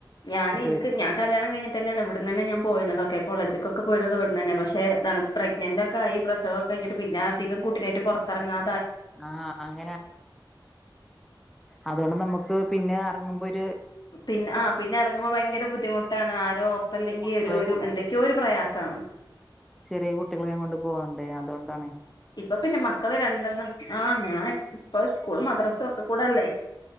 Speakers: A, on the left (about 55°); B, in the centre.
A: ഞാൻ ഇൻക്ക്
B: വരുന്നത്
A: ഞാൻ കല്യാണം കഴിഞ്ഞിട്ടെന്നെയാണ് ഇവിടന്നെന്നെ ഞാൻ പോയിന്നതൊക്കെ. കോളേജ്ക്കൊക്കെ പോയിർന്നത് ഇവിടന്ന്ന്നെ പക്ഷെ താണ് പ്രഗ്നന്റൊക്കായി പ്രസവംക്കെ കഴ്ഞ്ഞിട്ട് പിന്നെ അധികം കുട്ടിനായിട്ട് പൊറത്തെറങ്ങാ
B: ആഹ് അങ്ങനെ, അതോണ്ട് നമ്മുക്ക് പിന്നെ എറങ്ങുമ്പോ ഒര്-
A: പിന്നെ, ആഹ് പിന്നെ എറങ്ങുമ്പോ ഭയങ്കര ബുദ്ധിമുട്ടാണ് ആരോ ഒപ്പല്ലെങ്കിൽ
B: മക്കളെ
A: ഒരു ഒരു എന്തൊക്ക്യോ ഒര് പ്രയാസാണ്.
B: ചെറിയ കുട്ടികളേയും കൊണ്ട് പോവണ്ടേ അതോണ്ടാണ്.
A: ഇപ്പൊ പിന്നെ മക്കള് രണ്ടെണ്ണം ആ ഞാൻ ഇപ്പോ സ്കൂള് മദ്രസ ഒക്കെക്കൂടല്ലേ.